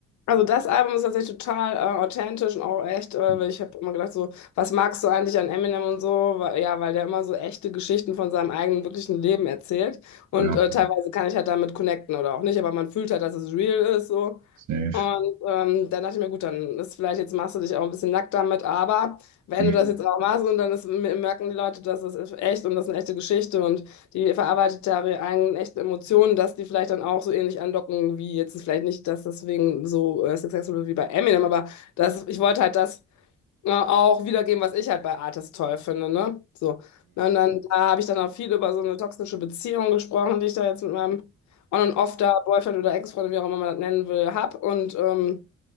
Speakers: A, on the left; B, on the right.
A: Also das Album ist tatsächlich total äh, authentisch und auch echt, äh, weil
B: Hm.
A: ich habe immer gedacht so, was magst du eigentlich an Eminem und so? Weil, ja, weil der immer so echte Geschichten von seinem eigenen wirklichen Leben erzählt und
B: Ja,
A: äh, teilweise kann ich halt damit connecten oder auch nicht, aber man fühlt halt, dass es real ist so
B: safe.
A: und ähm, dann dachte ich mir, gut, dann ist vielleicht, jetzt machst du dich auch ein bisschen nackt damit, aber wenn
B: Mhm.
A: du das jetzt auch machst und dann ist, merken die Leute, dass es ist echt und das ist eine echte Geschichte und die verarbeitet da ihre eigenen echten Emotionen, dass die vielleicht dann auch so ähnlich andocken, wie jetzt vielleicht nicht, dass deswegen so äh, successful wie bei Eminem, aber das, ich wollte halt das ja, auch wiedergeben, was ich halt bei Artis toll finde, ne? So. Und dann da habe ich dann auch viel über so eine toxische Beziehung gesprochen, die ich da jetzt mit meinem On- und Off da, Boyfriend oder Ex-Freund, wie auch immer man das nennen will, hab. Und ähm,